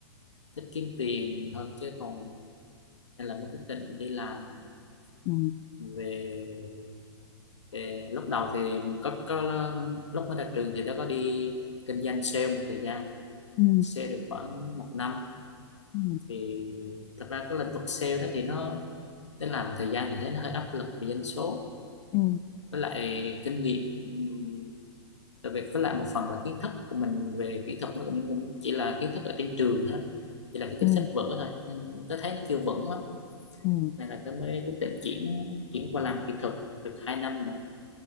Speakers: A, on the left (about 80°); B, on the left (about 35°).
A: thích kiếm tiền hơn chứ còn nên là mới quyết định đi làm
B: ừ,
A: về, về lúc đầu thì mình có có lúc mới ra trường thì tớ có đi kinh doanh sale một thời gian
B: ừ,
A: sale được khoảng một năm
B: ừ,
A: thì thật ra cái lĩnh vực sale đó thì nó Thế làm thời gian thì thấy nó hơi áp lực về dân số
B: ừ,
A: với lại kinh nghiệm ừm, tại vì với lại một phần là kiến thức của mình về kỹ thuật nó cũng, cũng chỉ là kiến thức ở trên trường thôi chỉ là kiến thức
B: ừ,
A: sách vở thôi nên tôi thấy nó chưa vững lắm
B: ừ,
A: nên là tôi mới quyết định chuyển chuyển qua làm kỹ thuật được 2 năm rồi